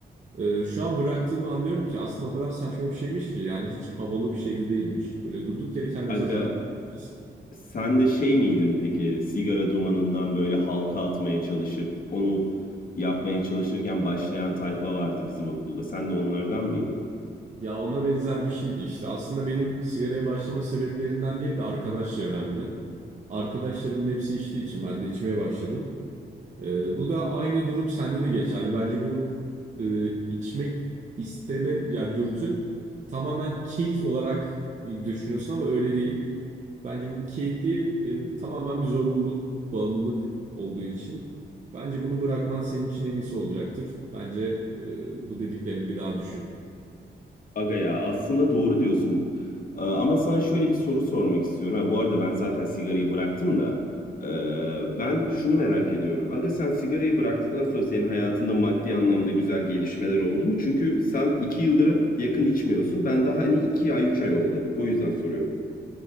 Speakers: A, on the right (about 40°); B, on the left (about 50°).
A: Ee, şu an bıraktığımda anlıyorum ki aslında o kadar saçma bir şeymiş ki. Yani hiç havalı bir şey de değilmiş. Böyle durduk yere kendimize
B: Aga
A: zarar vermişiz.
B: sen de şey miydin peki sigara dumanından böyle halka atmaya çalışıp onu yapmaya çalışırken başlayan tayfa vardı bizim okulda. Sen de onlardan mıydın?
A: Ya ona benzer bir şeydi işte. Aslında benim sigaraya başlama sebeplerinden biri de arkadaş çevremdi. Arkadaşlarımın hepsi içtiği için ben de içmeye başladım. Ee, bu da aynı durum sende de geçerli. Bence bu e, içmek isteme ya dürtün tamamen keyif olarak e, düşünüyorsun ama öyle değil. Bence bu bir keyif değil, e, tamamen bir zorunluluk, bağımlılık olduğu için. Bence bunu bırakman senin için en iyisi olacaktır. Bence e, bu dediklerimi bir daha düşün.
B: Aga ya aslında doğru diyorsun. Ee, Ama sana şöyle bir soru sormak istiyorum. Ha, bu arada ben zaten sigarayı bıraktım da. ee, Ben şunu merak ediyorum. Aga sen sigarayı bıraktıktan sonra senin hayatında maddi anlamda güzel gelişmeler oldu mu? Çünkü sen iki yıldır yakın içmiyorsun. Ben daha hani iki ay üç ay oldu. O yüzden soruyorum.